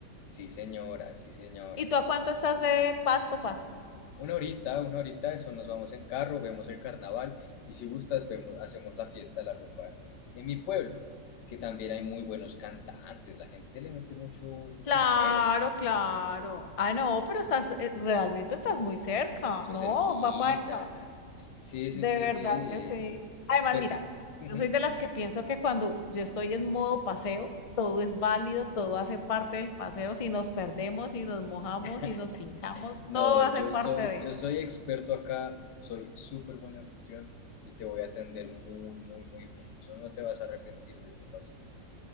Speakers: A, on the left; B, on the left.
A: Sí, señora, sí, señora,
B: ¿Y tú
A: sí.
B: a cuánto estás de Pasto, Pasto?
A: Una horita, una horita, eso nos vamos en carro, vemos el carnaval y si gustas vemos- hacemos la fiesta, la rumba en mi pueblo, que también hay muy buenos cantantes, la gente le mete mucho, mucho
B: Claro,
A: esmero,
B: claro. Ah, no, pero estás, eh, realmente estás muy cerca.
A: eso
B: No,
A: es cerquita.
B: va para esa.
A: Sí, sí,
B: De
A: sí,
B: verdad
A: sí.
B: que sí. Además,
A: Pues,
B: mira,
A: ujú.
B: yo soy de las que pienso que cuando yo estoy en modo paseo, todo es válido, todo hace parte del paseo. Si nos perdemos, si nos mojamos,
A: <laughs>
B: si nos pinchamos,
A: No,
B: todo hace
A: yo
B: parte
A: soy, yo soy experto acá, soy súper buen anfitrión y te voy a atender muy, muy, muy bien. Eso no te vas a arrepentir de este paseo.